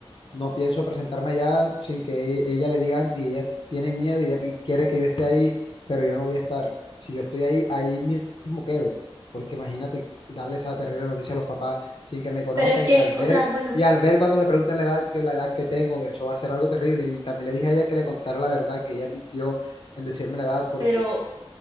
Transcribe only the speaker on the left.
no pienso presentarme allá sin que e- ella le diga antes y ella tiene miedo y ella pi- quiere que yo esté ahí, pero yo no voy a estar. Si yo estoy ahí, ahí mismo quedo, porque imagínate darle esa terrible noticia a los papás sin que me conozcan
y al ver,
y al ver cuando me preguntan la edad, que la edad que tengo, eso va a ser algo terrible. Y también le dije a ella que le contara la verdad, que ella mintió en decirme la edad porque